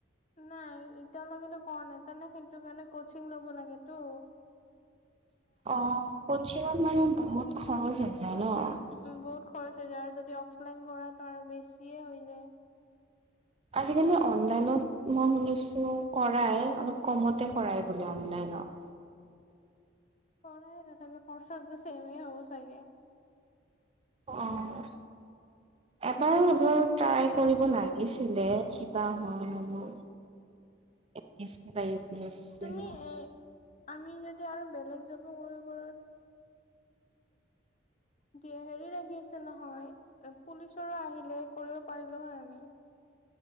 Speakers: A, on the left (about 35°); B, on the right (about 30°).
A: নাই এতিয়ালৈকেতো কৰা নাই তাৰমানে সেইটো কাৰণে কচিং ল'ব লাগে টো।
B: অ' কচিং ত মানে, বহুত খৰচ হয়। চাল <unintelligible>
A: বহুত খৰচ যদি অফলাইন কৰাটো আৰু বেছিয়ে হৈ যায়
B: আজিকালি অনলাইনত মই শুনিছো কৰাই অলপ কমতে কৰাই বোলে অনলাইনত।
A: কৰাই তথাপি খৰচ চেমেই হ'ব চাগে।
B: অ' এবাৰ এবাৰ ট্ৰাই কৰিব লাগিছিলে কিবা হয় মোৰ এ পি এচি বা উ
A: তুমি
B: <unintelligible>
A: এ আমি যদি আৰু বেলেগ জবো কৰিব এ হেৰি ৰাখি আছে নহয় পুলিচৰো আহিলে কৰিব পাৰিলো হয়ে আমি।